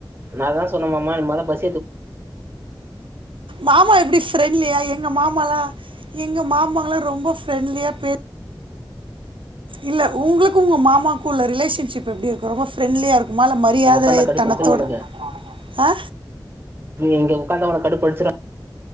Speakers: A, on the right; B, on the right.
A: நா தா சொன்ன மாமா நம்ளால பசி
B: மாமா எப்டி ஃப்ரெண்ட்லியா எங்க மாமால்லா எங்க மாமாங்கல்லா ரொம்ப ஃப்ரெண்ட்லியா பே இல்ல உங்களுக்கு உங்க மாமாக்கு உள்ள ரிலேஷன்ஷிப் எப்டிருக்கு ரொம்ப ஃப்ரெண்லியா இருக் குமா இல்ல மரியாதைத்தனத்தோடு
A: இங்க உக்காந்தா கடுப்படிச்சிரு அவனுக்கு
B: ஆ
A: இங்க ஒக்காந்தா ஒனக்கு கடுப்படிச்சிரு